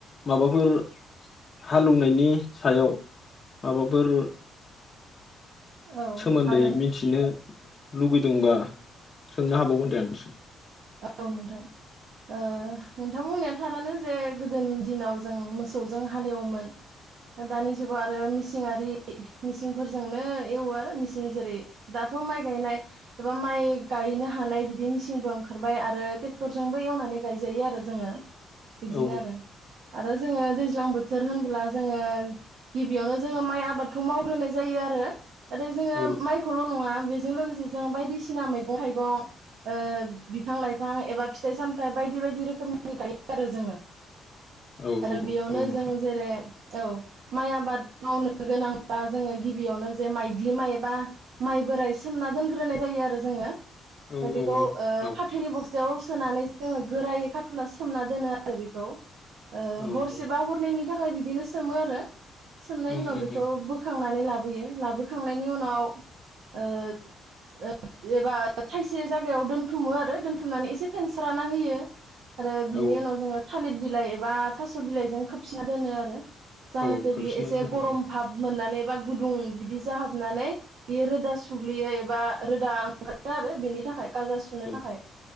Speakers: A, on the left (about 40°); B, on the right (about 80°).
A: माबाफोर हालौनायनि सायाव माबाफोर
B: औ
A: सोमोन्दै
B: हागोन
A: मिनथिनो लुगैदोंबा सोंनो हाबावगोन दे आं निसिम
B: औ नोंथां ओ नोंथां बुंनाया थारानो जे गोदोनि दिनाव जों मोसौजों हालेवोमोन दा दानि जुगाव आरो मिचिंङारि मिचिंफोरजोंनो एवो आरो मिचिं जेरै दाथ' माइ गायनाय एबा माइ गायनो हानाय बिदि मिचिंबो ओं खारबाय आरो टेक्टरजोंबो एवनानै गायजायो आरो जोङो। बिदिनो
A: औ
B: आरो आरो जोङो दैज्लां बोथोर होनब्ला जोंङो गिबियावनो जोंङो माइ आबादखौ मावग्रोनाय जायो आरो आरो जोंङो
A: औ
B: माइखौल' नङा बे जों लोगोसे जों बायदिसिना मैगं थाइगं ओ बिफां लाइफां एबा फिथाइ सामथाइ बायदि बायदि रोखोमनि गायो आरो जोंङो।
A: औ
B: आरो
A: औ
B: बेयावनो
A: औ नोंथां
B: जों जेरै औ माइ आबाद मावनो गोनांब्ला जोङो गिबियावनो जे माइग्लि माइ एबा माइ बोराइ सोमना दोनग्रोनाय जायो आरो जोङो। <unintelligible>
A: औ
B: फ्राय
A: औ
B: बेखौ ओ
A: औ
B: बस्थायाव सोनानै जोङो गोरायै खाथुमना सोमना दोनो आरो बेखौ ओ
A: औ
B: हरसेबा
A: औ
B: हरनैनि थाखाय बिदिनो सोमो आरो सोमनायनि
A: उम
B: उनाव
A: उम
B: बेखौ
A: उम
B: <unintelligible> बोखांनानै लाबोयो लाबोखांनायनि उनाव ओ एबा थाइसे जागायाव दोनफै दोनथुमो आरो दोनथुमनानै एसे फेनस्राना होयो। आरो बिनि
A: औ
B: उनाव जोङो। थालिर बिलाइ एबा थास बिलाइजों खोबसिना दोनो आरो। जाहाथे
A: औ खोबसिनना
B: बियो एसे
A: दोननांगौ
B: गरम भाब मोननानै गुदुं बिदि जाहाबनानै बियो रोदा सुग्लियो एबा रोदा ओंखारो आरो बिनि थाखाय गाजा <unintelligible>
A: औ
B: थाखाय